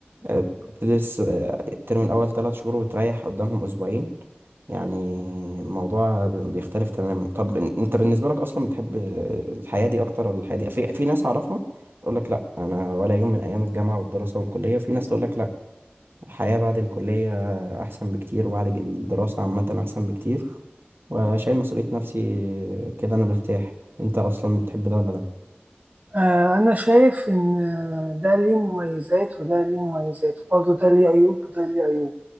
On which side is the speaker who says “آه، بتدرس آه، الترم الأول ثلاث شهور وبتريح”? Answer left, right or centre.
Right